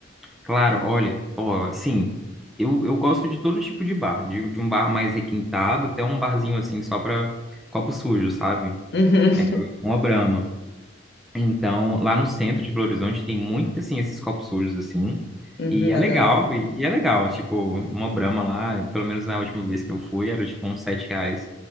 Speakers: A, in the centre; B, on the left.
A: Claro, olha, ó, sim, eu, eu gosto de todo tipo de bar, de, de um bar mais requintado até um barzinho, assim, só pra copo sujo, sabe?
B: Uhum,
A: É pra beber uma Brahma. Então, lá no centro de Belo Horizonte tem muito, assim, esses copos sujos, assim.
B: uhum,
A: E é
B: adoro.
A: legal, e e é legal. Tipo, uma Brahma lá, pelo menos na última vez que eu fui, era tipo uns sete reais,